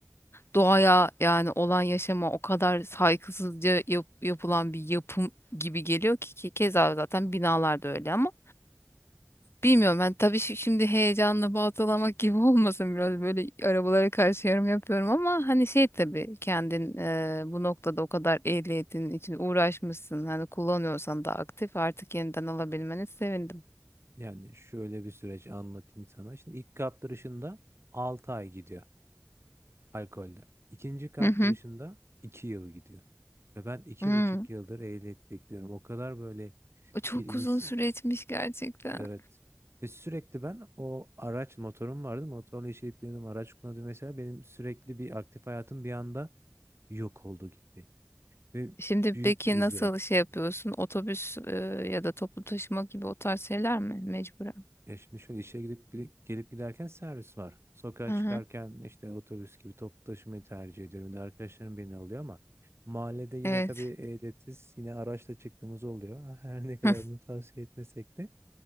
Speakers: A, on the left; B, on the right.
A: doğaya yani olan yaşama o kadar saygısızca yap- yapılan bir yapım gibi geliyor ki, ki keza zaten binalar da öyle ama Bilmiyorum ben tabii şi- şimdi heyecanla baltalamak gibi <laughs> olmasın biraz böyle arabalara karşı yorum yapıyorum ama hani şey tabii kendin e, bu noktada o kadar ehliyetin için uğraşmışsın hani kullanıyorsan da aktif artık yeniden alabilmeni sevindim.
B: yani şöyle bir süreç anlatayım sana. Şimdi ilk kaptırışında 6 ay gidiyor alkolde. İkinci kaptırışında
A: Hı hı.
B: 2 yıl gidiyor. Ve ben iki
A: Hmm.
B: buçuk yıldır ehliyet bekliyorum. O kadar böyle
A: O Çok
B: bir insan.
A: uzun süre etmiş gerçekten.
B: Evet. Ve sürekli ben o araç motorum vardı. Motorla işe gidip geliyordum, Araç kullanıyordum mesela. Benim sürekli bir aktif hayatım bir anda yok oldu gitti. Ve
A: Şimdi
B: büyük
A: peki
B: bir ızdırap.
A: nasıl şey yapıyorsun? Otobüs e, ya da toplu taşıma gibi o tarz şeyler mi mecburen?
B: Ya şimdi şöyle işe gidip gide- gelip giderken servis var. Sokağa
A: Hı
B: çıkarken
A: hı.
B: işte otobüs gibi toplu taşımayı tercih ediyorum. Bir de arkadaşlarım beni alıyor ama mahallede yine
A: Evet.
B: tabii ehliyetsiz yine araçla çıktığımız oluyor. <laughs> Her ne kadar
A: <laughs>
B: bunu tavsiye etmesek de